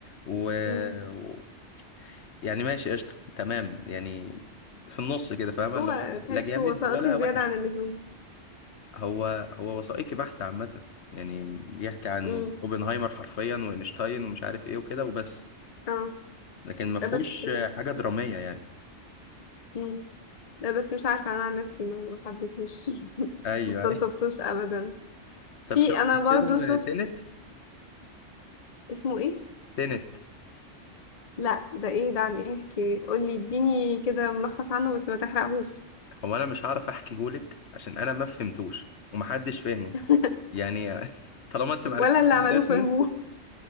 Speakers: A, on the left; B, on the left.
A: و...
B: مم.
A: و... يعني ماشي قشطة تمام يعني في النص كده فاهمة
B: هو
A: اللي هو لا
B: تحس
A: لا جامد
B: هو وثائقي
A: ولا
B: زيادة
A: وحش
B: عن اللزوم
A: هو هو وثائقي بحت عامة يعني بيحكي عن
B: مم.
A: اوبنهايمر حرفيا واينشتاين ومش عارف ايه وكده وبس
B: اه
A: لكن ما فيهوش
B: لا بس
A: حاجة درامية يعني
B: مم. لا بس مش عارفة أنا عن نفسي ما ما حبيتهوش <laughs> ما
A: ايوه
B: استلطفتوش
A: ايوه
B: أبدا في
A: طب شفت
B: أنا برضو
A: فيلم
B: شفت
A: تينت
B: اسمه ايه؟
A: تينت
B: لا ده ايه ده عن ايه احكي قولي اديني كده ملخص عنه بس ما تحرقهوش
A: هو انا مش هعرف احكيهولك عشان انا ما فهمتوش ومحدش فهمه
B: <laughs>
A: يعني <laughs> طالما انت ما عرفتوش
B: ولا اللي
A: من
B: عملوه
A: اسمه
B: فهموه